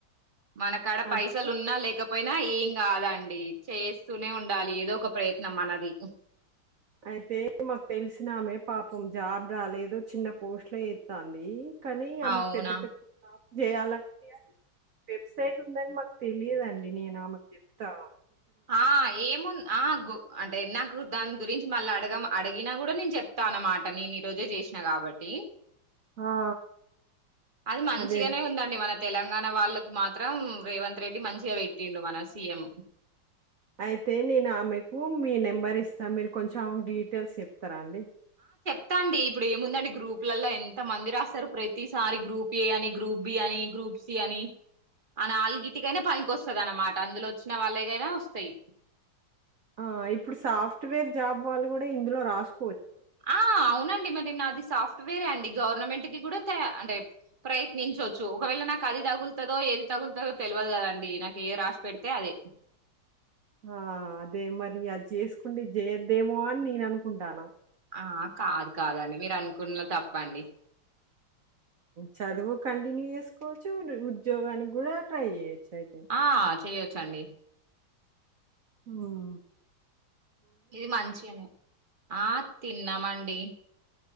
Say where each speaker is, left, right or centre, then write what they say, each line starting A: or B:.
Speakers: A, on the right; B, on the right.
A: మన కాడ
B: అదే
A: పైసలు ఉన్నా లేకపోయినా ఏం కాదండి చేస్తూనే ఉండాలి ఏదో ఒక ప్రయత్నం మనది
B: అయితే మాకు తెలిసినామే పాపం జాబ్ రాలేదు చిన్న పోస్ట్ లో చేతంది. కానీ ఆమెకు
A: అవునా
B: పెద్ద పెద్ద చేయాలంట కానీ వెబ్సైట్ ఉందని మాకు తెలియదుండి నేను ఆమెకు చెప్తా.
A: ఆ ఏము ఆ గు అంటే దాని గురించి మళ్ళీ అడగ అడిగినా కూడా నేను చెప్తా అన్నమాట. నేను ఈ రోజే చేసినా కాబట్టి
B: ఆ!
A: అది మంచిగానే
B: అదే.
A: ఉందండి. తెలంగాణ వాళ్ళలకు మాత్రం రేవంత్ రెడ్డి మంచిగా పెట్టిండు. మన సీఎం
B: అయితే నేను ఆమెకు మీ నెంబర్ ఇస్తాను మీరు కొంచెం ఆమెకు డీటెయిల్స్ చెప్తా. స్తర అండి.
A: వస్తా అండి ఇప్పుడు ఏముందండి గ్రూప్లలో ఎంత మంది రాస్తారు. ప్రతిసారి గ్రూప్ ఏ అని గ్రూప్ బి అని గ్రూప్ సి అని అని అల్గిటికైనా పనికి వస్తది అనమాట అందులో వచ్చిన వాళ్ళేకైనా వస్తాయి.
B: ఆ ఇప్పుడు సాఫ్ట్వేర్ జాబ్ వాళ్ళు కూడా ఇందులో రాసు
A: ఆ అవునండి మరి నాది సాఫ్ వేరే అండి గవర్నమెంట్ కి కూడా అంటే ప్రయత్నించవచ్చు. ఒకవేళ నాకు అది తగులుతదో ఏది తగులుతుదో తెలియదు కదండి నాకు ఏ రాసి పెడితే అదే
B: ఆ అదే మరి అది చేసుకుంటే చేయద్దేమో అని నేను అనుకుంటాన.
A: ఆ కాదు కాదండి మీరు అనుకున్నది తప్పండి.
B: చదువు కంటిన్యూ చేసుకోవచ్చు. ఉద్యోగానికి కూడా ట్రై చేయొచ్చు. అయితే.
A: ఆ చెయ్యచ్చు. చండి.
B: ఉం
A: ఇది మంచి అని ఆ తిన్నామండి. ఏ